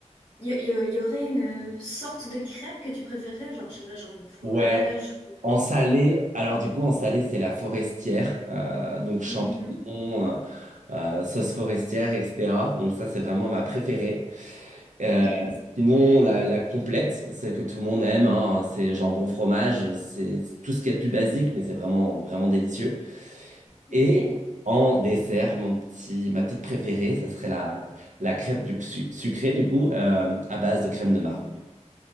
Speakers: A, on the left; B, on the right.
A: y, y- y aurait une sorte de crêpe que tu préférerais, genre, je sais pas, jambon fromage
B: Ouais,
A: ou-
B: en salé, alors du coup, en salé, c'est la forestière, euh, donc champignons.
A: Mhm,
B: euh, euh, sauce forestière, etc. Donc ça, c'est vraiment ma préférée. Euh,
A: Ok,
B: sinon, la, la complète, celle que tout le monde aime, hein, c'est jambon, fromage, c'est tout ce qu'il y a de plus basique, mais c'est vraiment, vraiment délicieux.
A: ok.
B: Et en dessert, mon petit, ma petite préférée, ce serait la, la crêpe du, su- sucrée, du coup, euh, à base de crème de marron.